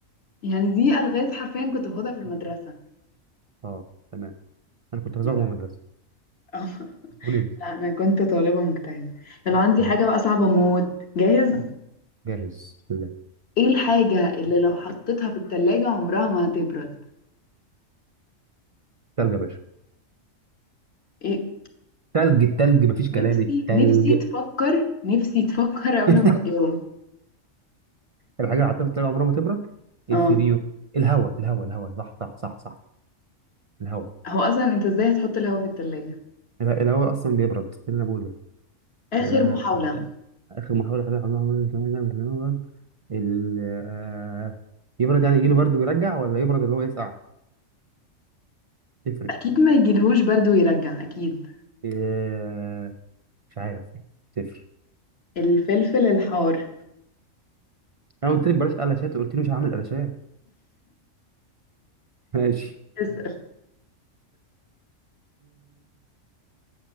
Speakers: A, on the left; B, on the right.
A: يعني دي ألغاز حرفيا كنت باخدها في المدرسة
B: اه تمام انا كنت بزوغ
A: يعني
B: من المدرسه
A: آه، <laughs>
B: قولي لي
A: لا، أنا كنت طالبة مجتهدة لو عندي
B: طب
A: حاجة بقى صعبة موت جاهز
B: جاهز بسم الله
A: إيه الحاجة اللي لو حطيتها في التلاجة عمرها ما هتبرد
B: تلج يا باشا
A: إيه
B: تلج التلج مفيش كلام
A: نفسي
B: التلج
A: نفسي تفكر نفسي تفكر قبل
B: <laughs>
A: ما تجاوب
B: الحاجة اللي هتفضل عمرها ما تبرد الفريون
A: اه
B: الهواء الهواء الهواء صح صح صح صح الهواء
A: هو أصلا أنت إزاي هتحط الهوا في التلاجة
B: الهواء الهواء أصلا بيبرد إيه اللي أنا بقوله
A: آخر
B: آه،
A: محاولة
B: آخر محاولة حاجة عمرها ما تبرد ال آه، يبرد يعني يجيله برد ويرجع ولا يبرد اللي هو يسقع تفرق
A: أكيد ما يجيلهوش برد ويرجع أكيد
B: آه، مش عارف تفرق
A: الفلفل الحار
B: أنا قلت لك بلاش قلاشات قلت لي مش هعمل قلاشات <laughs> ماشي
A: اسأل.